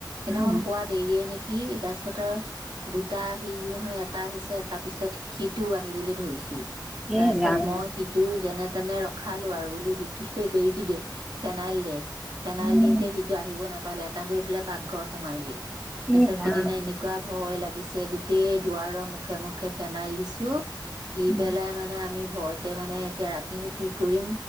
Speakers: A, on the right (about 65°); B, in the centre.
A: এনেখন
B: উম
A: শোৱা দেৰিয়ে নেকি। তাৰপিছত আৰু দুটা হিল নহয় এটা আহিছে এটা পিছত সিটোও আহি <unintelligible> ধৰিছিল।
B: এই
A: তাৰ পিছত
B: ৰাম
A: মই সিটো যেনে তেনে ৰখা। খালো আৰু বোলো বিকি হেৰি দে ফেনাইল দে। ফেনাইল
B: উম
A: দিওঁতে সিটো আহিব নাপালে। এটা গৈ পেলাই পাকঘৰত সোমালগে তাৰ
B: এই
A: পিছত
B: ৰাম
A: সেইদিনা এনেকুৱা ভয় লাগিছিল। পিছে গোটেই দুৱাৰৰ মুখে মুখে ফেনাইল দিছো। দি
B: উম
A: পেলাই মানে আমি ভয়তে মানে এতিয়া ৰাতিনো কি কৰিম